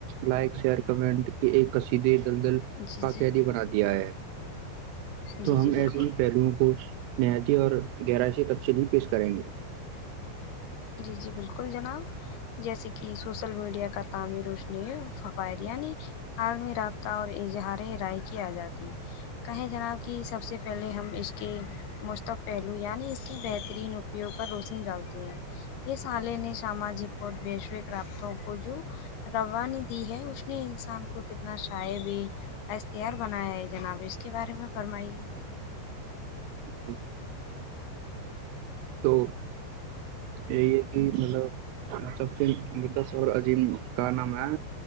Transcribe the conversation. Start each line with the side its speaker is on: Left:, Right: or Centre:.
Right: لائک شیئر کمنٹ کے ایک کشیدی دلدل
Left: جی
Right: کا
Left: جی
Right: قیدی بنا دیا ہے تو
Left: جی جی
Right: ہم
Left: بالکل
Right: ایسے ہی پہلوؤں کو نہایتی اور گہرائی سے تفصلی پیش کریں گے
Left: جی جی بالکل جناب جیسے کہ سوسل میڈیا کا تعمیرش نے فوائد یعنی عالمی رابطہ اور اظہار رائے کی جاتی کہیں جناب کہ سب سے پہلے ہم اس کے مشتق پہلو یعنی اس کی بہترین اپیوگ پر روشنی ڈالتے ہیں یہ سالے نے سمجک اور ویشوک رابطوں کجو روانی دی ہے اس نے انسان کو کتنا شا بھی اختی آار بنایا ہے جناب اس کے بارے میں فرمائیے
Right: جی تو یہی ہے کہ مطلب سب سے اور عجیم کا نام ہے